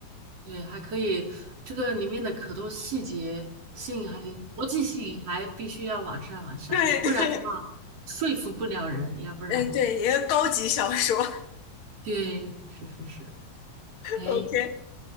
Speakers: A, on the right; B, on the left.
A: 对，还可以，这个里面的可多细节性还有逻辑性还必须要完善完善，
B: 对对，
A: 不然的话说服不了人，要不然，
B: 嗯对，一个高级小说。<laughs>
A: 对，是是是，哎，
B: OK，